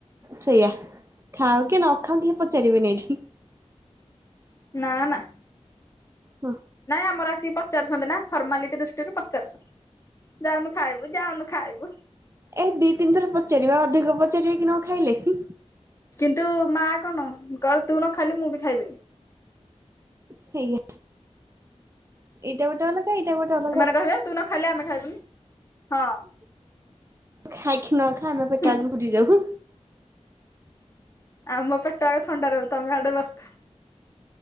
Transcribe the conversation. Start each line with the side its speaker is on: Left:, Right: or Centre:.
Right: ସେଇଆ ଖାଅ କି ନ ଖାଅ କେହି ପଚାରିବେନି ଏଇଠି।
Left: ନା ନା।
Right: ହଁ।
Left: ନାଇଁ ଆମର ଆସି ପଚାରୁସନ୍ତି ନା ଫର୍ମାଲିଟି ଦୃ ପଚାରୁଛନ୍ତି ଯାଉନୁ ଖାଇବୁ ଯାଉନୁ ଖାଇବୁ।
Right: ଏ ଦିଇ ତିନି ଥର ପଚାରିବେ ଅଧିକ ପଚାରିବେକି ନ ଖାଇଲେ।
Left: କିନ୍ତୁ ମା କଣ କଁ ତୁ ନଖାଇଲେ ମୁଁ ବି ଖାଇବିନି।
Right: ସେଇଆ ଏଇଟା ଗୋଟେ ଅଲ ଏଇଟା ଗୋଟେ ଅଲ
Left: ଏମାନେ କହିବେ ତୁ ନଖାଇଲେ ଆମେ ଖାଇବୁନି ହଁ।
Right: ଖାଇକି ନ ଖା ଆମେ ପେଟ
Left: ହୁଁ
Right: ଆଗ ପୁରି ଯାଉ।
Left: ଆମ ପେଟ ଆଗ ଥଣ୍ଡା ରହୁ ତମେ ଆଡ଼େ ବସିଥା।